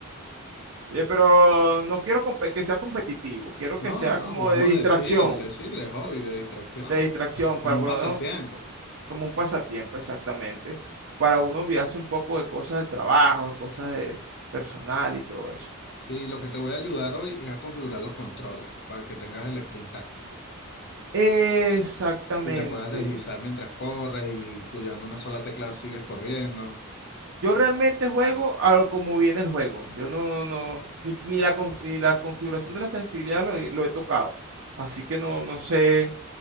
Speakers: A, on the right; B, on the left.
A: Eh, pero no quiero compe- que sea competitivo, quiero
B: No,
A: que sea
B: no,
A: como
B: jugamos
A: de distracción,
B: de chill, de, sí, de hobby, de distracción,
A: de distracción,
B: como
A: para
B: un
A: por
B: pasatiempo.
A: lo menos como un pasatiempo exactamente, para uno olvidarse un poco de cosas del trabajo, de cosas de personal y todo eso.
B: Sí, lo que te voy a ayudar hoy es a configurar los controles para que tengas el sprint táctico.
A: Exactamente.
B: Y te puedes deslizar mientras corres y puyando una sola tecla sigues corriendo.
A: Yo realmente juego a lo como viene el juego. Yo no, no, ni, ni la, con- ni la configuración de la sensibilidad lo he, lo he tocado. Así que no, no sé